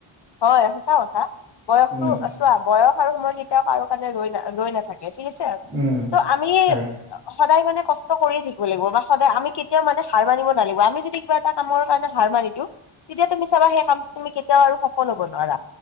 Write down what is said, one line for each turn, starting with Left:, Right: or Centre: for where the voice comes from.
Left: হয় সচা কথা বয়সটো-
Right: উম
Left: টো বয়স আৰু সময় কেতিয়াও কাৰো কাৰণে ৰৈ না ৰৈ নাথাকে ঠিক আছে।
Right: উম
Left: ত' আমি-
Right: হয়
Left: সদায় মানে কষ্ট কৰিয়ে থাকিব লাগিব, বা- সদায় আমি কেতিয়াও মানে হাৰ মানিব নালাগিব আমি যদি কিবা এটা কামৰ কাৰণে হাৰ মানি দিওঁ তেতিয়া তুমি চাবা সেই কামটো তুমি কেতিয়াও আৰু সফল হব নোৱাৰা।